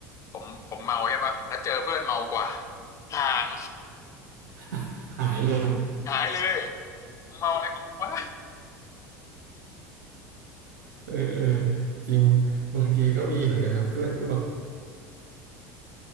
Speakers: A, on the left; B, on the right.
A: ผมผมเมาใช่ป่ะแล้วเจอเพื่อนเมากว่าห่าง
B: <laughs> หายเลย
A: หายเลยมึงเมาอะไรของมึงวะ
B: เออเออจริงบางทีก็มีเหมือนกันครับเพื่อนอ้วก